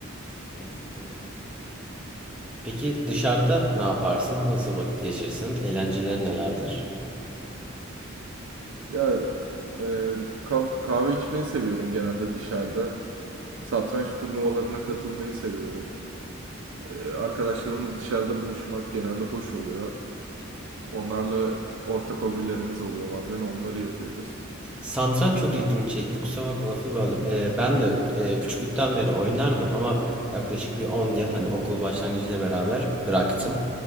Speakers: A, in the centre; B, on the right.
A: anladım. Peki dışarıda ne yaparsın? Nasıl vakit geçirsin? Eğlencelerin nelerdir?
B: Ya e, ka- kahve içmeyi seviyorum genelde dışarıda. Satranç turnuvalarına katılmayı seviyorum. Ee, Arkadaşlarımız dışarıda buluşmak genelde hoş oluyor. Onlarla ortak hobilerimiz oluyor bazen onları yapıyoruz.
A: Satranç çok ilgimi çekti. Kusura bakma lafını böldüm. Ee, ben de e, küçüklükten
B: Hı
A: beri oynardım ama yaklaşık bir on
B: hı
A: yıl hani okul başlangıcıyla beraber bıraktım.